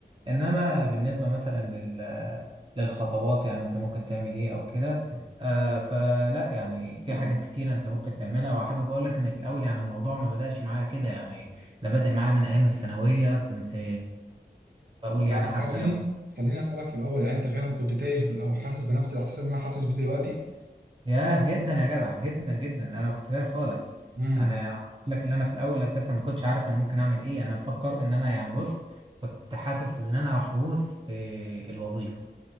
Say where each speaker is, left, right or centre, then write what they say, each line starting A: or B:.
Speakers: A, on the right; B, on the right.
A: انما بالنسبه مثلا لل للخطوات يعني انت ممكن تعمل ايه او كده آه فلا يعني في حاجات كتيره انت ممكن تعملها وحابب اقول لك ان في الاول يعني الموضوع ما بداش معايا كده يعني ده بدأ معايا من ايام الثانويه كنت بقول يعني
B: يعني
A: حتى
B: خليني
A: لو
B: خليني اسالك في الاول يعني انت فعلا كنت تايه ب- او حاسس بنفس الاحساس اللي انا حاسس بيه دلوقتي
A: ياه جدا يا جدع جدا جدا انا كنت تايه خالص
B: امم
A: يعني اقول لك ان انا في الاول اساسا ما كنتش عارف انا ممكن اعمل ايه انا بفكر ان انا يعني بص كنت حاسس ان انا محبوس في الوظيفه